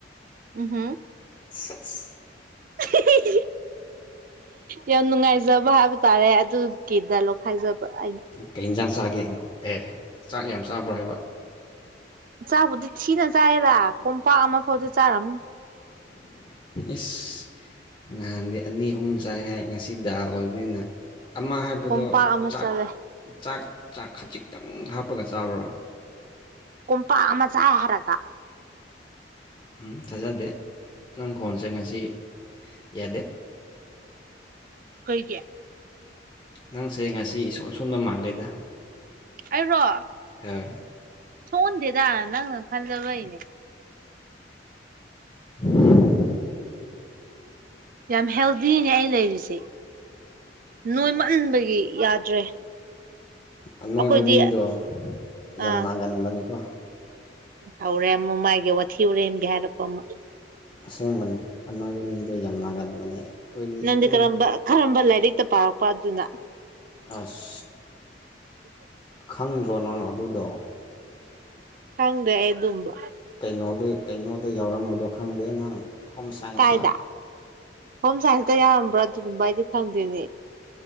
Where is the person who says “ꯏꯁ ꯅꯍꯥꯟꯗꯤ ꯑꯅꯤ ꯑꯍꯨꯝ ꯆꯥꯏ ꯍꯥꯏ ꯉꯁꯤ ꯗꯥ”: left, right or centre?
Left